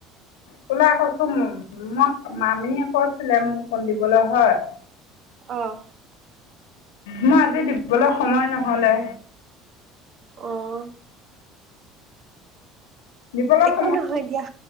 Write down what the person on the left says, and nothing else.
কোলা কচু মোক মামীয়ে কৈছিলে মোক অকন দিবলৈ হয়
মই আজি দিবলে সময় নহলে
দিবলে
সময়